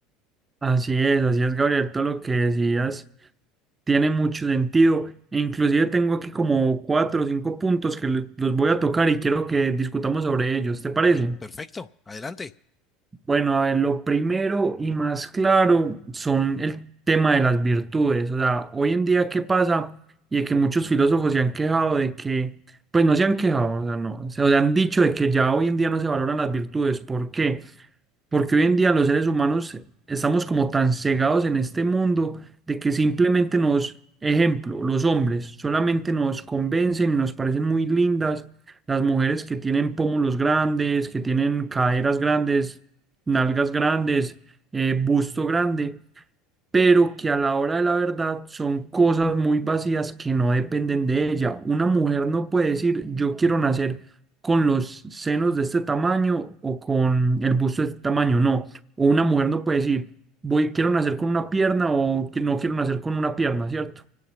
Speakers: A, on the right; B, on the left.
A: Así es, así es, Gabriel, todo lo que decías. Tiene mucho sentido. E inclusive tengo aquí como cuatro o cinco puntos que le- los voy a tocar y quiero que discutamos sobre ellos. ¿Te parece?
B: Sí, perfecto, adelante.
A: Bueno, a ver, lo primero y más claro son el tema de las virtudes. O sea, hoy en día, ¿qué pasa? Y de que muchos filósofos se han quejado de que, pues no se han quejado, o sea, no, se o sea, han dicho de que ya hoy en día no se valoran las virtudes. ¿Por qué? Porque hoy en día los seres humanos estamos como tan cegados en este mundo de que simplemente nos, ejemplo, los hombres solamente nos convencen y nos parecen muy lindas las mujeres que tienen pómulos grandes, que tienen caderas grandes, nalgas grandes, eh, busto grande pero que a la hora de la verdad son cosas muy vacías que no dependen de ella. Una mujer no puede decir yo quiero nacer con los senos de este tamaño o con el busto de este tamaño, no. O una mujer no puede decir voy quiero nacer con una pierna o que no quiero nacer con una pierna, ¿cierto?